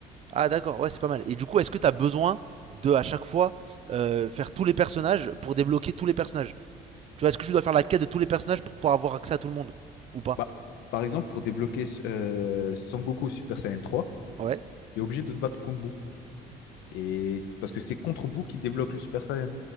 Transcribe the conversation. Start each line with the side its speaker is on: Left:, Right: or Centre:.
Right: Ah d'accord, ouais, c'est pas mal. Et du coup, est-ce que t'as besoin de, à chaque fois, euh, faire tous les personnages pour débloquer tous les personnages Tu vois, est-ce que tu dois faire la quête de tous les personnages pour pouvoir avoir accès à tout le monde Ou pas
Left: Bah, par exemple, pour débloquer euh, Sangoku Super Saiyan 3,
Right: Ouais.
Left: il est obligé de te battre contre Boo. Et c'est parce que c'est contre Boo qui débloque le Super Saiyan.